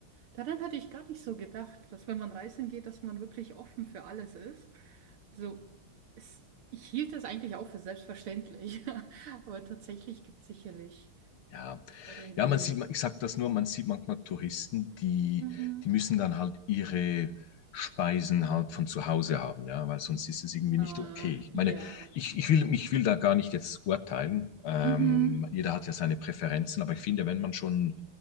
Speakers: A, on the right; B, on the left.
A: daran hatte ich gar nicht so gedacht, dass wenn man reisen geht, dass man wirklich offen für alles ist. So, es, ich hielt das eigentlich auch für selbstverständlich, <laughs> aber tatsächlich gibt es sicherlich
B: Ja,
A: andere, die.
B: ja, man sieht, ich sag das nur, man sieht manchmal Touristen, die,
A: Mhm.
B: die müssen dann halt ihre Speisen halt von zu Hause haben, ja, weil sonst ist es irgendwie
A: Äh,
B: nicht okay. Ich
A: ja.
B: meine, ich, ich will, ich will da gar nicht jetzt urteilen. Ähm,
A: Mhm.
B: jeder hat ja seine Präferenzen, aber ich finde, wenn man schon,